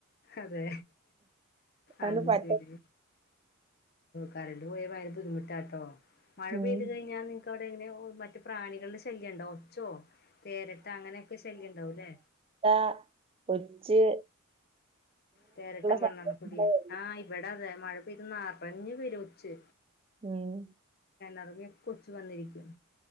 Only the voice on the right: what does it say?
അവന്
പറ്റ
ഉം
ട്ട ഒച്ച്
സംഭവങ്ങളേ ഉള്ളൂ
ഉം